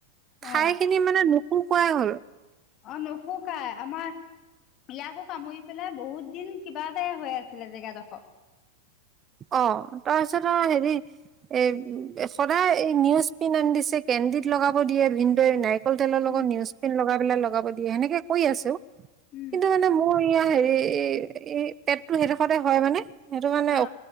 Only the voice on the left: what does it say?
অ
অ' নুশুকাই আমাৰ ইয়াকো কামুৰি পেলাই বহুত দিন কিবা এটা হৈ আছিলে জেগাডোখৰ।
উম
উম
অ